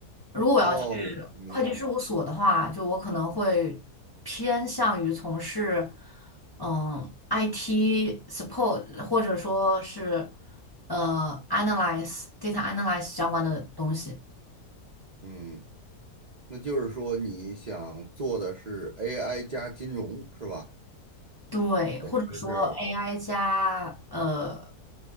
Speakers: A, on the left; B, on the right.
A: 如果我要去
B: 哦，我明白了，
A: 会计事务所的话，就我可能会偏向于从事嗯 IT support，或者说是呃 analyze data analyze 相关的东西。
B: 嗯，那就是说你想做的是 AI 加金融是吧？
A: 对，
B: 还是
A: 或者说 AI 加呃